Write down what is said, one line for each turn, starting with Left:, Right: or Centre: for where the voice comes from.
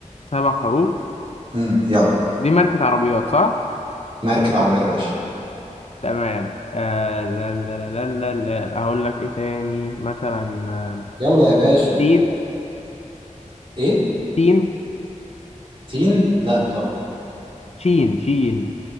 Left: سبع حروف
Right: امم يلا
Left: دي ماركة عربيات صح
Right: ماركة عربيات يا باشا
Left: تمام آه لا لا لا لا لا لا. اقول لك ايه تاني مثلا آه،
Right: يلا يا باشا
Left: تين
Right: ايه
Left: تين
Right: سين لا طبعا
Left: شين شين